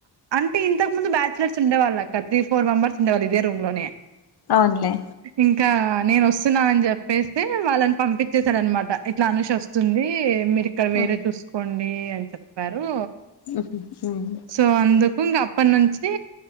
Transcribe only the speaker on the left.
అవునులే
ఉమ్
ఉహు మ్మ్